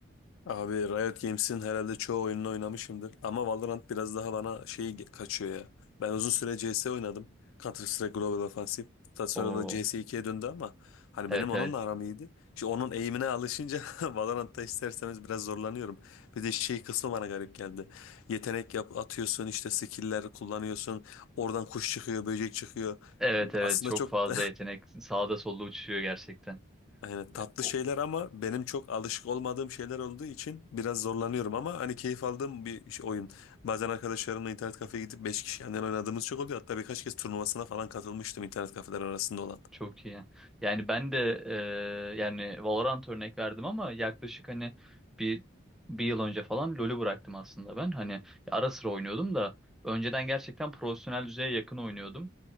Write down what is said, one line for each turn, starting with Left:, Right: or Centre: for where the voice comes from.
Left: Abi Riot Games'in herhalde çoğu oyununu oynamışımdır. Ama Valorant biraz daha bana şeyi ge- kaçıyor ya. Ben uzun süre CS oynadım. Counter Strike Global Offensive. Hatta sonra
Centre: Oo.
Left: da CS2'ye döndü ama hani
Centre: Evet
Left: benim onunla
Centre: evet.
Left: aram iyiydi. Şimdi onun eğimine alışınca <laughs> Valorant'ta isterseniz biraz zorlanıyorum. Bir de şey kısmı bana garip geldi. Yetenek yap atıyorsun işte skill'ler kullanıyorsun. Oradan kuş çıkıyor, böcek çıkıyor.
Centre: Evet evet
Left: Aslında
Centre: çok
Left: çok
Centre: fazla
Left: <laughs>
Centre: yetenek sağda solda uçuşuyor gerçekten.
Left: Yani tatlı
Centre: O-
Left: şeyler ama benim çok alışık olmadığım şeyler olduğu için biraz zorlanıyorum ama hani keyif aldığım bir iş- oyun. Bazen arkadaşlarımla internet kafeye gidip 5 kişi yandan oynadığımız çok oluyor. Hatta birkaç kez turnuvasına falan katılmıştım internet kafeler arasında olan.
Centre: Çok iyi. Yani ben de e, yani Valorant örnek verdim ama yaklaşık hani bir bir yıl önce falan LoL'ü bıraktım aslında ben. Hani ara sıra oynuyordum da önceden gerçekten profesyonel düzeye yakın oynuyordum.